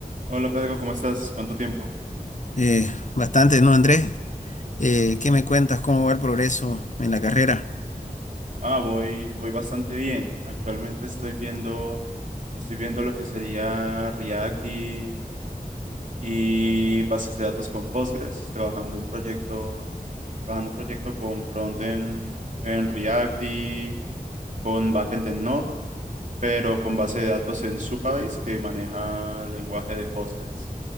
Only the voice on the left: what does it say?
Eh, bastante, ¿no, Andrés? Eh, ¿qué me cuentas? ¿Cómo va el progreso en la carrera?